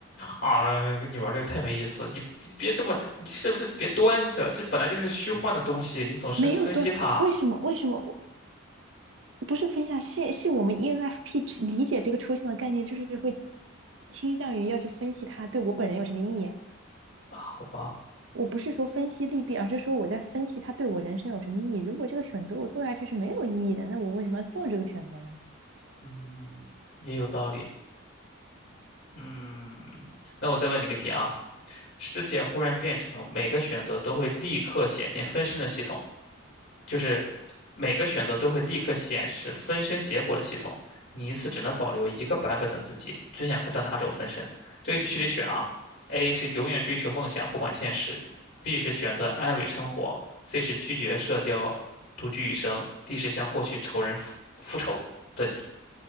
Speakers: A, on the left; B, on the right.
A: 啊，跟你玩这个太没意思了，你你别这么，你是不是别端着？这本来就是虚幻的东西，你总是分析它，
B: 没有断，为什么？为什么我不是分享？是是我们 ENFP 理解这个抽象的概念，就是会倾向于要去分析它对我本人有什么意义啊。
A: 啊好吧？
B: 我不是说分析利弊，而是说我在分析它对我人生有什么意义。如果这个选择我做下去是没有意义的，那我为什么要做这个选择呢？
A: 嗯，也有道理。嗯，那我再问你个题啊，世界忽然变成每个选择都会立刻显现分身的系统。就是每个选择都会立刻显示分身结果的系统，你一次只能保留一个版本的自己。最想看到哪种分身？这个必须得选啊！A 是永远追求梦想，不管现实；B 是选择安稳生活；C 是拒绝社交，独居一生；D 是向过去仇人复复仇的你。